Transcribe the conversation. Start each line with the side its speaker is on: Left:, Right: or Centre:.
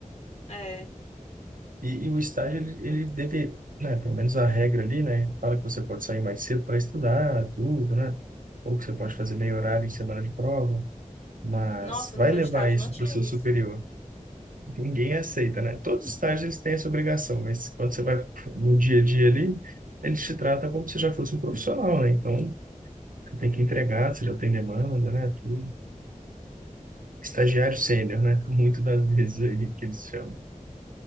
Left: É.
Right: E, e o estágio, ele, ele deve, né? Pelo menos a regra ali, né? Fala que você pode sair mais cedo para estudar, tudo, né? Ou que você pode fazer meio horário em semana de prova. mas
Left: Nossa,
Right: vai
Left: no meu
Right: levar
Left: estágio
Right: isso
Left: não tinha
Right: para o seu
Left: isso.
Right: superior. Ninguém aceita, né? Todos os estágios eles têm essa obrigação, mas quando você vai no dia a dia ali, eles te tratam como se já fosse um profissional, né? Então, você tem que entregar, você já tem demanda, né? Tudo. Estagiário sênior, né? <laughs> Muitas das vezes aí que eles chamam.